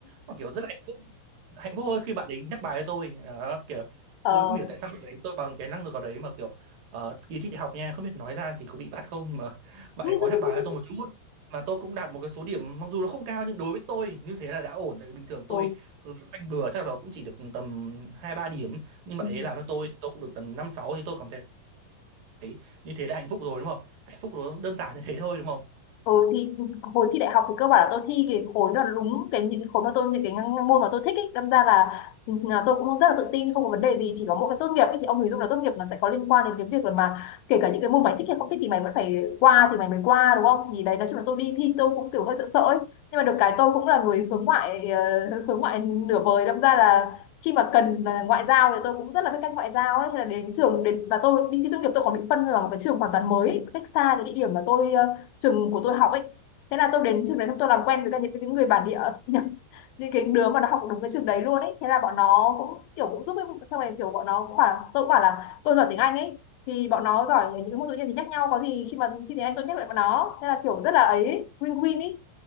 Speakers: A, on the right; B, on the left.
A: mà kiểu rất là hạnh phúc hạnh phúc hơn khi bạn ấy nhắc bài cho tôi đó kiểu
B: ờ
A: tôi không hiểu tại sao lúc đấy tôi bằng cái năng lực ở đấy mà kiểu ờ, kỳ thi đại học nha không biết nói ra thì có bị bắt không nhưng mà <laughs> bạn
B: <laughs>
A: ấy có nhắc bài cho tôi một chút mà tôi cũng đạt một cái số điểm mặc dù nó không cao nhưng đối với tôi như thế là đã ổn tại vì bình thường
B: ừ.
A: tôi ừ, khoanh bừa chắc là cũng chỉ được tầm hai ba điểm nhưng bạn
B: Ừ.
A: ấy làm cho tôi thì tôi cũng được tầm năm sáu thì tôi cảm thấy thấy như thế đã hạnh phúc rồi đúng không hạnh phúc nó đơn giản như thế thôi đúng không
B: ừ thì hồi thi đại học thì cơ bản là tôi thi cái khối là đúng cái những cái khối mà tôi những cái ng- môn mà tôi thích ấy đâm ra là, ừ, là tôi cũng rất là tự tin không có vấn đề gì chỉ có mỗi cái tốt nghiệp ấy, thì ông hình dung là tốt nghiệp là sẽ có liên quan đến cái việc là mà kể cả những cái môn mày thích hay không thích thì mày vẫn phải qua thì mày mới qua đúng không thì đấy nói chung là tôi đi thi tôi cũng kiểu hơi sợ sợ ấy nhưng mà được cái tôi cũng là người hướng ngoại ờ, hướng ngoại nửa vời đâm ra là khi mà cần mà ngoại giao thì tôi cũng rất là biết cách ngoại giao ấy Thế là đến trường đến và tôi đi thi tốt nghiệp tôi còn bị phân vào một cái trường hoàn toàn mới ấy, cách xa cái địa điểm mà tôi ờ, trường của tôi học ấy thế là tôi đến trường đấy xong tôi làm quen với cả những cái người bản địa <laughs> những cái đứa mà nó học đúng cái trường đấy luôn ấy thế là bọn nó cũng kiểu cũng giúp ấy xong rồi kiểu bọn nó cũng bảo tôi cũng bảo là tôi giỏi tiếng Anh ấy thì bọn nó giỏi những cái môn tự nhiên thì nhắc nhau có gì khi mà thi tiếng Anh tôi nhắc lại bọn nó thế là kiểu rất là ấy win win ấy